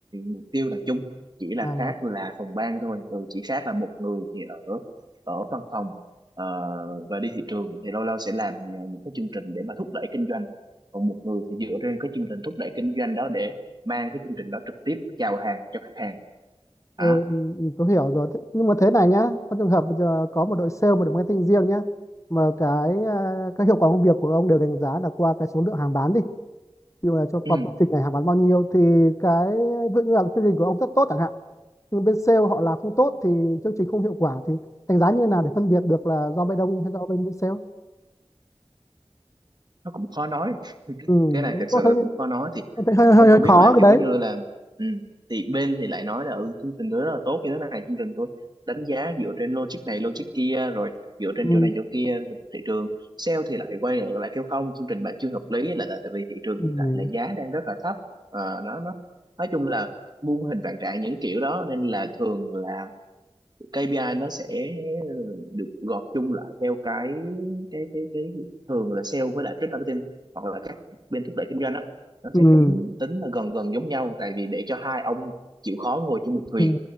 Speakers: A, on the right; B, on the left.
A: mục tiêu là chung chỉ là
B: à,
A: khác là phòng ban thôi ừ, chỉ khác là một người thì ở ở văn phòng ờ, và đi thị trường thì lâu lâu sẽ làm ờ, những cái chương trình để mà thúc đẩy kinh doanh còn một người thì dựa trên cái chương trình thúc đẩy kinh doanh đó để mang cái chương trình đó trực tiếp chào hàng cho khách hàng
B: Ừ,
A: à,
B: ừ, ừ, tôi hiểu rồi. Thế- Nhưng mà thế này nhá, trong trường hợp bây giờ có một đội sale, một đội marketing riêng nhá, mà cái à, các hiệu quả công việc của ông đều đánh giá là qua cái số lượng hàng bán đi. Ví dụ là cho qua
A: <clears throat>
B: chương trình này hàng bán bao nhiêu thì cái ví dụ như là chương trình của ông rất tốt chẳng hạn, nhưng bên sale họ làm không tốt thì chương trình không hiệu quả thì đánh giá như thế nào để phân biệt được là do bên ông hay do bên bên sale?
A: nó cũng khó nói
B: Ừ,
A: cái này
B: đúng
A: thật sự
B: tôi thấy
A: là cũng khó nói thì
B: tôi thấy hơi hơi,
A: ông cũng
B: hơi
A: biết
B: khó
A: mà
B: cái
A: kiểu như
B: đấy.
A: là ừ, thì bên thì lại nói là ừ, chương trình tôi rất là tốt như thế này chương trình tôi đánh giá dựa trên logic này logic kia rồi dựa trên
B: Ừ,
A: chỗ này chỗ kia thị trường sale thì lại quay ngược lại kêu không chương trình bạn chưa hợp lý là tại tại vì thị trường
B: ừ,
A: hiện tại là giá đang rất là thấp Ờ, nó nó nói chung là muôn hình vạn trạng những kiểu đó nên là thường là KPI nó sẽ được gộp chung lại theo cái cái cái cái thường là sale với lại trade marketing hoặc là các bên thúc đẩy kinh doanh á nó
B: ừ,
A: sẽ tính, tính là gần gần giống nhau tại vì để cho hai ông chịu khó ngồi chung một thuyền
B: ừ,